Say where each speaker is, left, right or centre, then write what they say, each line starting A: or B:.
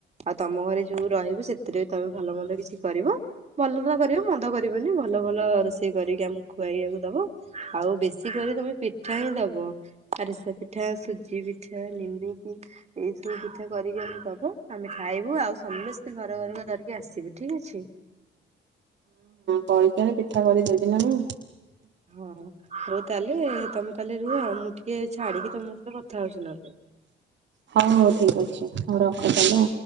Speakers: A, on the right; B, on the right.
A: ଆଉ ତମ ଘରେ ଯୋଉ ରହିବୁ ସେ ସେଥିରେ ତମେ ଭଲ ମନ୍ଦ କିଛି କରିବ। ଭଲ ତ କରିବ ମନ୍ଦ କରିବନି। ଭଲ ଭଲ ରୋଷେଇ କରିକି ଆମକୁ ଖୁଆଇବାକୁ ଦବ ଆଉ ବେଶୀ କରିି ତମେ ପିଠା ହିଁ ଦବ। ଆରିସା ପିଠା ସୁଜି ପିଠା ନିମିକ୍ ଏଇ ସବୁ ପିଠା କରିକି ଆମକୁ ଦବ। ଆମେ ଖାଇବୁ ଆଉ ସମସ୍ତେ ଘରେ। ରକୁ ଧରିକି ଆସିବି ଠିକ ଅଛି।
B: ହଏ। କେଣ ପିଠା କରିଦେବି ନା ମୁଁ।
A: ହଁ ହଉ ତାହେଲେ ତମେ ତାହେଲେ ରୁହ। ମୁଁ ଟିକେ ଛାଡିକି ତମ ସହିତ କଥା ହଉଛି ନହେଲେ।
B: ହଉ ଠିକ ଅଛି ହଉ ରଖ ତାହେଲେ।